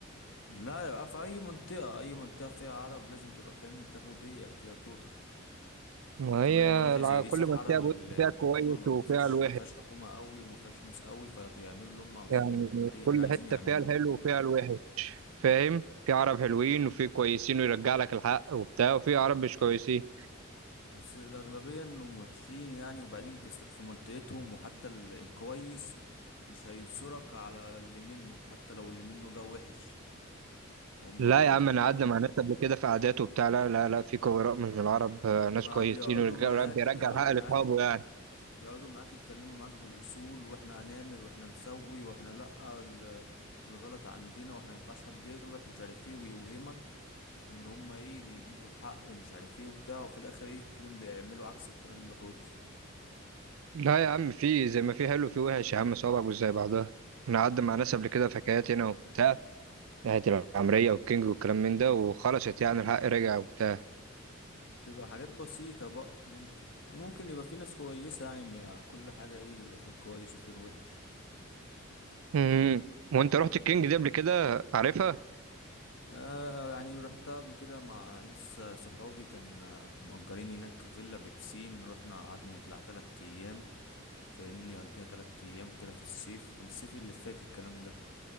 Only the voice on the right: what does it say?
ما
هي
الع-
كل
منطقه
بص
فيها
كويس
وفيها
الوحش
يعني
كل
حته
فيها الحلو وفيها الوحش فاهم في عرب حلوين وفي كويسين ويرجع لك الحق وبتاع وفي عرب مش كويسين
لا
يا عم انا قعدنا مع ناس قبل كده في عادات وبتاع لا لا لا في خبراء من العرب آه،
ناس كويسين
ورجع-
بيرجع
الحق
لاصحابه يعني
لا يا عم في زي ما في حلو في وحش يا عم صوابعك مش زي بعضها انا قعدت مع ناس قبل كده في حكايات هنا وبتاع ناحية العمرية والكينج والكلام من ده وخلصت يعني الحق رجع وبتاع
امم وانت رحت الكينج دي قبل كده عارفها